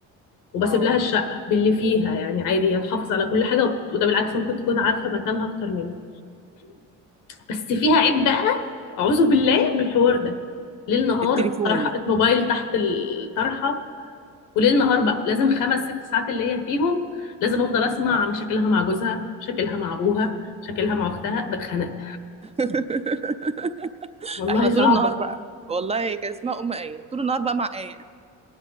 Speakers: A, on the left; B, on the right.
A: وبسيب
B: اه
A: لها الشقة باللي فيها يعني عادي هي تحافظ على كل حاجة وده بالعكس ممكن تكون عارفة مكانها أكتر مني بس فيها عيب بقى أعوذ بالله بالحوار ده ليل نهار
B: التليفون
A: الطرحة الموبايل تحت الطرحة وليل نهار بقى لازم خمس ست ساعات اللي هي فيهم لازم أفضل أسمع
B: اه
A: مشاكلها مع جوزها مشاكلها مع أبوها مشاكلها مع أختها بتخنق
B: <laughs>
A: والله
B: احنا طول
A: صعبة
B: النهار بقى والله كان اسمها ام ايه طول النهار بقى مع ايه